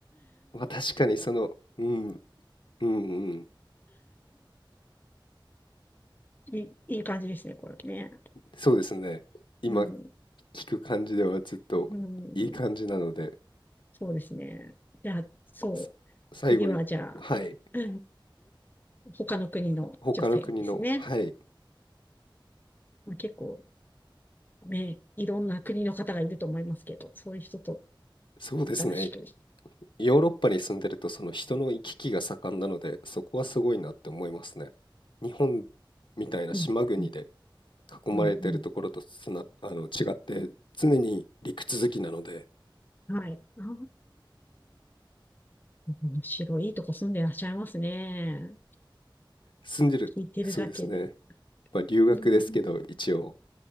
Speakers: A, on the left (about 70°); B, on the left (about 20°).
A: まあ確かにその、うん、うんうん。
B: いい、いい感じですね、これね。
A: そうですね。今
B: うん、
A: 聞く感じではずっといい感じなので、
B: うんそうですね。じゃあ、そう。
A: さ最後に、
B: 次は、じゃあ、
A: はい。
B: え <laughs> 他の国の女性ですね。
A: 他の国の、はい。
B: まあ、結構、ね、いろんな国の方がいると思いますけど、そういう人と
A: そうですね。
B: 新しく。
A: ヨーロッパに住んでるとその人の行き来が盛んなのでそこはすごいなって思いますね。日本みたいな島国で
B: うん、うん、
A: 囲まれてるところとつな、
B: うん、うん
A: あの違って常に陸続きなので
B: はい。ああ、面白い。いいとこ住んでらっしゃいますね。
A: 住んでる、
B: 聞いてるだけで。
A: そうですね。まあ留学ですけど一応。
B: うん、